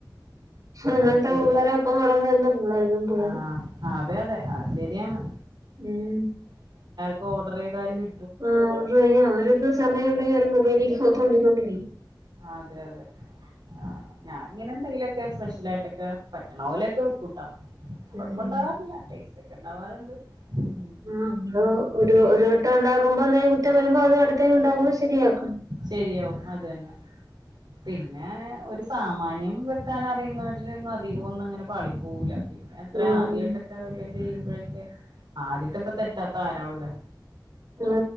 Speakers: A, on the right (about 50°); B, on the right (about 65°).
A: അങ്ങനത്തെ
B: അത് ശരിയാ
A: പള്ളരാ ഇപ്പ വളന്നു വരുന്ന പിള്ളേര് പെൺപിള്ളേര്
B: ആഹ അതെ അതെ അത് ശരിയാണ്
A: ഉം
B: ഇപ്പൊ ഓർഡർ ചെയ്താല് കി
A: ആ ഓർഡർ ചെയ്യോ. അവരക്ക് സമയം ഉണ്ടെങ്കി അവര് മൊബൈലിലേക്ക് തോണ്ടിക്കൊണ്ടിരിക്കും.
B: അതെ അതെ ആ ഞാനിങ്ങനെ എന്തെങ്കിലും ഒക്കെ സ്പെഷ്യലായിട്ടൊക്കെ പറ്റണ പോലെയൊക്കെ വെക്കൂട്ടാ. കുഴപ്പണ്ടാവാറില്ല
A: ഉം
B: ടേസ് റ്റൊക്കെ ഉണ്ടാവാറുണ്ട്. ഉം
A: ആ നമ്മള് ഒരു
B: ഏഹ്
A: ഒരു വട്ടം ഉണ്ടാക്കുമ്പോ എന്തേലും കുറ്റം വരുമ്പോ അത് അടുത്തേന് ഉണ്ടാക്കുമ്പോ ശരിയാക്കാം.
B: ശരിയാവും അത് തന്നെ പിന്നെ ഒരു സ് പാം മാന്യം വെക്കാനറിയുന്നോര് രെങ്ങും അധികൊന്നങ്ങനെ പാളി പോവൂല്ല പിന്നെ എത്ര
A: ഉം
B: ആദ്യായിട്ടൊക്കെ വല്ലോം ചെയ്യുമ്പോഴൊക്കെ ആദ്യത്തെപ്പ തെറ്റാത്ത ആരാ ഒള്ളേ
A: ആ